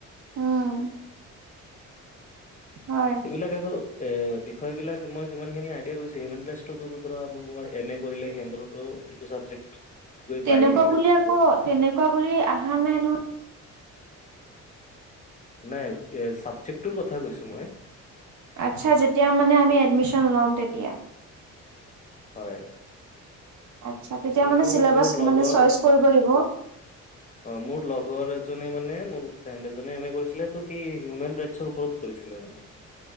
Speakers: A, on the right; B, on the left.
A: উম। হয়
B: এইবিলাক আৰু এ, বিষয় বিলাক মই যিমানখিনি আইডিয়া কৰিছোঁ, হিউমেন ৰাইটচটতো ধৰা কোনোবা এম এ কৰিলে সিহঁতৰতো এইটো চাবজেক্ট গৈ
A: তেনেকুৱা
B: পায়েই এইবিলাক
A: বুলি আকৌ তেনেকুৱা বুলি আহা নাই নহয়।
B: নাই, চাবজেক্টটোৰ কথা কৈছোঁ মই।
A: আচ্ছা, যেতিয়া মানে আমি এডমিশ্যন ল'ম তেতিয়া!
B: হয়।
A: আচছা, তেতিয়া মানে
B: মোৰ
A: চিলেবাচ
B: মোৰ লগৰ
A: মানে চইচ কৰিব দিব!
B: অ', মোৰ লগৰ এজনে মানে মোৰ ফ্ৰেণ্ড এজনে এম এ কৰিছিলে ত' সি হিউমেন ৰাইটচৰ ওপৰত কৰিছিলে মানে।